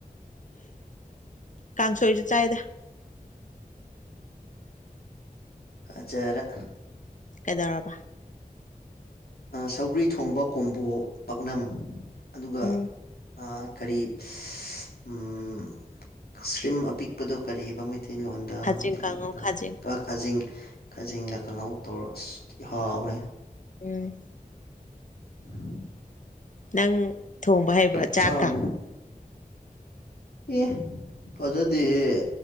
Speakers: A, on the left (about 55°); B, on the left (about 85°).
A: ꯀꯥꯡꯁꯣꯏꯁꯨ ꯆꯥꯏꯗ
B: ꯐꯖꯔꯦ
A: ꯀꯩꯗꯧꯔꯕ
B: ꯁꯧꯒ꯭ꯔꯤ ꯊꯣꯡꯕ ꯀꯣꯝꯕꯣ ꯄꯥꯛꯅꯝ ꯑꯗꯨꯒ
A: ꯎꯝ
B: ꯑ ꯀꯔꯤ ꯎꯝ ꯀꯁꯔꯤꯝ ꯑꯄꯤꯛꯄꯗꯣ ꯀꯔꯤꯑꯕ ꯃꯩꯇꯩꯂꯣꯟꯗ
A: ꯈꯥꯖꯤꯡ
B: ꯃꯩꯇꯩꯂꯣꯟꯗ
A: ꯀꯥꯡꯉꯧ ꯈꯥꯖꯤꯡ
B: ꯈꯖꯤꯡ ꯈꯥꯖꯤꯡꯒ ꯀꯥꯡꯍꯧ ꯇꯧꯔ ꯑꯁ ꯊꯤ ꯍꯥꯎꯒꯔꯦ
A: ꯎꯝ
B: <unintelligible>
A: ꯅꯪ ꯊꯣꯡꯕ ꯍꯩꯕ꯭ꯔꯥ
B: ꯄꯤꯛ
A: ꯆꯥꯛꯀ?
B: ꯐꯥꯝ ꯑꯦ ꯐꯖꯗꯦꯍꯦ!